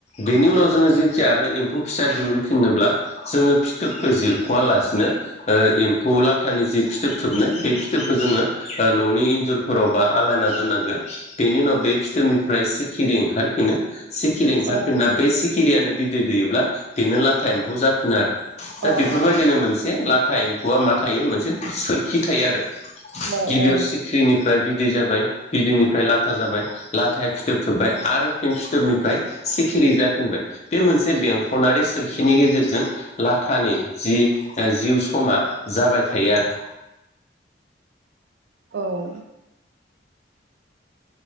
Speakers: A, on the left (about 35°); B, on the right (about 65°).
A: बेनि उनाव जोङो जेथिया आरो एम्फौ फिसा दिहुनफिननोब्ला जोङो फिथोबखो जिरख'वालासिनो उह एम फौ लाथानि जि फिथोब थोबनाय बे फिथोबखो जोङो उह न'नि इन्जुरफोरावबा आलायना दोननांगो बेनि उनाव बे फिथोबनिफ्राय सि खिरि ओंखारफिनो सिखिरि ओंखारफिनना
B: औ
A: बे सि खिरियानो बिदै दैयोब्ला बेनो लाथा एम्फौ जाफिन आरो। दा
B: अ
A: बेफोरबायदिनो
B: अ
A: मोनसे लाथा एम्फौआ मा थायो मोनसे सोर खि थायो आरो
B: औ
A: गिबियाव
B: औ
A: सिख्रिनिफ्राय बिदै जाबाय बिदैनिफ्राय लाथा जाबाय। थाय फिथोब थोबबाय आरो फिन फिथोबनिफ्राय सिखिरि जाफिनबाय बे मोनसे बेंखनारि सोरखिनि गेजेरजों लाथानि जि उह जिउ समा जाबाय थायो आरो।
B: औ